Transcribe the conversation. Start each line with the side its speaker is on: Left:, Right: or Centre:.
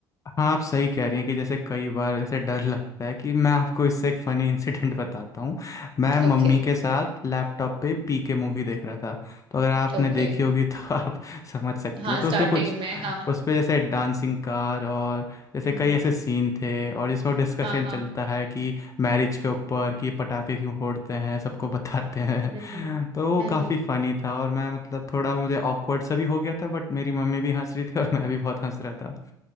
Left: हाँ आप सही कह रही हैं कि जैसे कई बार ऐसे डर लगता है कि मैं आपको इससे एक फ़नी इंसिडेंट <laughs> बताता हूँ मैं मम्मी
Right: ओके
Left: के साथ लैपटॉप पे पी के मूवी देख रहा था तो अगर आपने
Right: ओके
Left: देखी होगी तो <laughs> आप समझ सकती
Right: हाँ
Left: हैं तो
Right: स्टार्टिंग
Left: उसमें कुछ
Right: में हाँ
Left: उसमें जैसे डांसिंग कार और जैसे
Right: हम्म
Left: कई
Right: हम्म,
Left: ऐसे सीन थे और जिसमें डिस्कशन
Right: हाँ
Left: चलता
Right: हाँ
Left: है कि मैरिज के ऊपर कि पटाखे क्यों फोड़ते हैं सबको बताते हैं
Right: हम्म हम्म
Left: <laughs> तो वो
Right: हम्म
Left: काफ़ी
Right: हम्म,
Left: फ़नी था और मैं मतलब थोड़ा मुझे ऑकवर्ड सा भी हो गया था बट मेरी मम्मी भी हंस रही थी और मैं भी बहुत हंस रहा था